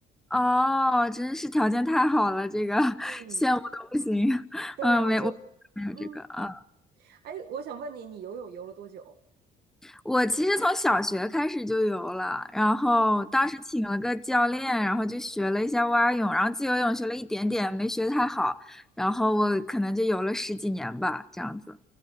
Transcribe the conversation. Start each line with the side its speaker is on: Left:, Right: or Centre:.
Centre: 哦，真是条件太好了，这个
Right: 嗯，
Centre: <laughs> 羡慕的不行。
Right: 对，
Centre: 嗯，
Right: 我就
Centre: 没，我没有这个，
Right: 嗯，
Centre: 嗯
Right: 哎，我想问你，你游泳游了多久？
Centre: 我其实从小学开始就游了，然后当时请了个教练，
Right: 哦
Centre: 然后就学了一下蛙泳，然后自由泳学了一点点，没学太好，然后我可能就游了十几年吧，这样子。